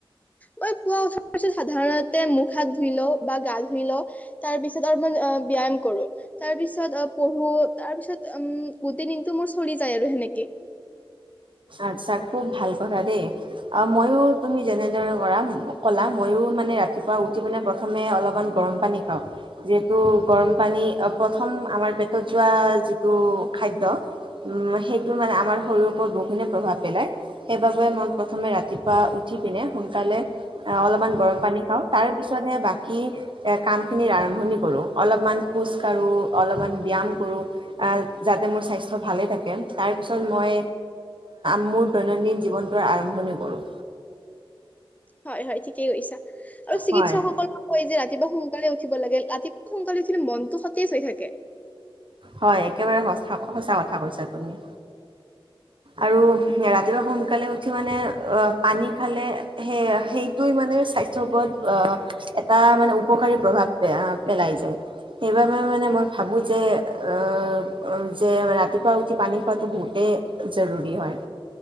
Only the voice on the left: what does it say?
মই পুৱ উঠাৰ পিছত সাধাৰণতে মুখ হাত ধুই ল বা গা ধুই লওঁ। তাৰ পিছত অমান ব্যয়াম কৰো। তাৰ পিছত পঢ়ো তাৰ পিছত উম গোটেই দিনটো মোৰ চলি যায়। আৰু সেনেকে,
হয় হয় ঠিকেই কৰিছা। আৰু চিকিৎসকসকলৰ
আকৌ যে ৰাতি। ৰাতিপুৱা সোনকালে উঠিব লাগে। ৰাতিপুৱা সোনকালে উঠিলে মনতটো সতেজ হৈ থাকে।